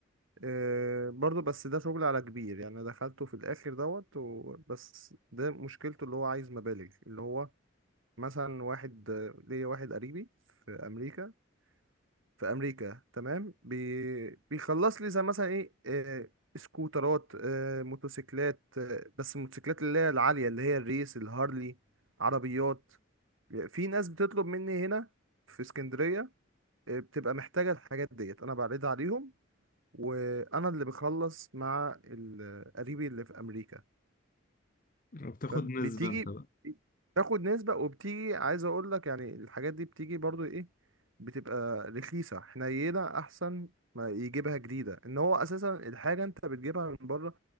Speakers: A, on the right; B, on the left.
A: إيه برضو بس ده شغل على كبير يعني دخلته في الاخر دوت و- بس ده مشكلته اللي هو عايز مبالغ اللي هو مثلا واحد آه، ليا واحد قريبي في امريكا في امريكا تمام بي... بيخلص لي زي مثلا ايه آه، سكوترات آه، موتوسيكلات آه، بس الموتوسيكلات اللي هي العاليه اللي هي الريس الهارلي عربيات في ناس بتطلب مني هنا في اسكندريه آه، بتبقى محتاجه الحاجات ديت انا بعرضها عليهم وانا اللي بخلص مع ال- آه، قريبي اللي في امريكا
B: وبتاخد
A: فبتيجي
B: نسبة انت بقى
A: تاخد نسبة وبتيجي عايز اقول لك يعني الحاجات دي بتيجي برضو ايه بتبقى رخيصة حنينة احسن ما يجيبها جديدة ان هو اساسا الحاجة انت بتجيبها من بره